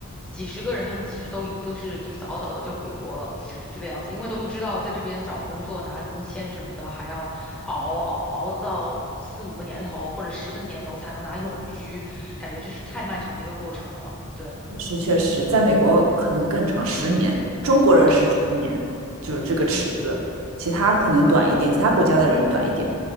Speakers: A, in the centre; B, on the right.
A: 几十个人，他们其实都都是就是早早的就回国了，这个样子，因为都知道在这边找工作拿工签什么的，还要熬熬熬到四五个年头或者十个年头才能拿永居，感觉这是太漫长的一个过程了，对，
B: 确实确实，在美国可能更长，十年，中国人是十年，
A: 哦，
B: 就是这个池子，
A: 嗯嗯。
B: 其他可能短一点，其他国家的人短一点